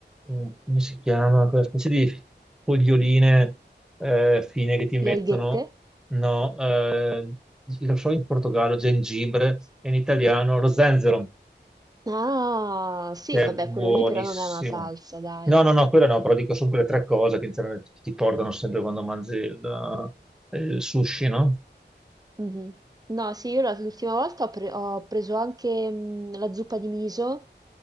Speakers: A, in the centre; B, on the right.
A: mm, come si chiama? Quella specie di foglioline eh, fine che ti mettono.
B: Le alghette?
A: No, eh, lo so in Portogallo, gengibre, e in italiano lo zenzero
B: Ah, sì,
A: che
B: vabbè,
A: è buonissimo.
B: quello lì però non è una salsa, dai.
A: No, no, no, quello no, però dico sono quelle tre cose che in genere ti ti portano sempre quando mangi il, eh, il sushi, no?
B: Mhm. No, sì, io la- l'ultima volta ho, pre- ho preso anche mm, la zuppa di miso,